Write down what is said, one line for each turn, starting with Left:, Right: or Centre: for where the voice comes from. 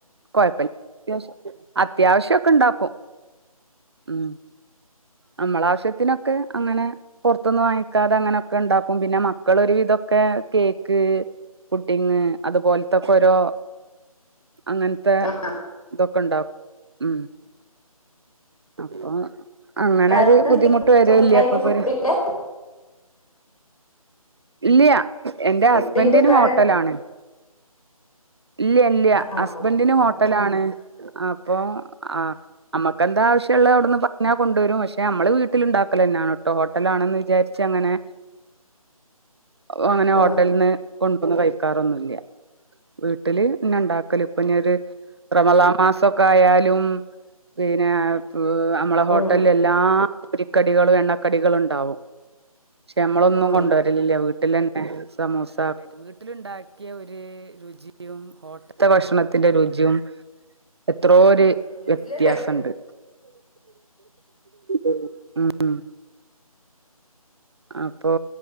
Right: കൊഴപ്പ ത്യാവശ്യം ഒക്കെ അത്യാവശ്യം ഒക്കെ ഇണ്ടാക്കും ഉം നമ്മളെ ആവശ്യത്തിനൊക്കെ അങ്ങനെ പൊർത്ത്ന്ന് വാങ്ങിക്കാതെ അങ്ങനെയൊക്കെ ഇണ്ടാക്കും പിന്നെ മക്കൾ ഒര് വിധൊക്കെ കേക്ക് ഫുഡിങ് അതുപോൽത്തൊക്കെ ഓരോ അങ്ങൻത്തെ
Left: ആ
Right: തൊ ക്കെ ഇണ്ടാ ഉം അപ്പം അങ്ങനെ
Left: കട
Right: ഒര് ബുദ്ധിമുട്ട് വരെൽ
Left: സ്വന്തായിട്ട്
Right: ഇല്ല അപ്പൊ
Left: ഫുഡിന്റെ
Right: പിന്നെ ഇല്ല്യ എന്റെ
Left: ഫുഡിന്റെ
Right: ഹസ്ബെന്റിനു
Left: കട
Right: ഹോട്ടലാണ് ഇല്ല്യ ഇല്ല്യ
Left: ആ
Right: ഹസ്ബെന്റിനു
Left: ഓക്കെ
Right: ഹോട്ടലാണ് അപ്പൊ ആ അമ്മക്ക് എന്ത് ആവശ്യ ഇള്ളെ അയുട്ന്ന് പർണാ കൊണ്ട് വെരും പ ക്ഷെ അമ്മൾ വീട്ട്ൽ ഇണ്ടാക്കെൽയെന്നെ ആണ് ട്ടോ ഹോട്ടൽ ആണെന്ന് വിചാരിച്ച് അങ്ങനെ അങ്ങനെ
Left: ആ
Right: ഹോട്ടൽന്ന് കൊണ്ടോന്ന് കഴിക്കാറൊന്നുയില്ല വീട്ടിൽന്നെ ഇണ്ടാക്കെൽ ഇപ്പഞ്ഞൊര് റമളാം മാസൊക്കെ ആയാലും പിന്നെ വ് അമ്മളെ ഹോട്ടെൽ
Left: ആ
Right: എല്ലാ പൊരിക്കടികളും എണ്ണക്കടികളും ഇണ്ടാവും ക്ഷേ നമ്മള് ഒന്നും
Left: ആ ആ
Right: കൊണ്ടുവര ല്ലില്ലാ വീട്ടിൽന്നെ സമോസ വീട്ടില ഉണ്ടാക്കിയ ഒരു രുചിയും ഹോട്ടത്തെ ഭക്ഷണത്തിന്റെ രുചിയും എത്രോ ഒരു
Left: വീട്ടില്
Right: വ്യത്യാസമുണ്ട് ഉ അപ്പൊ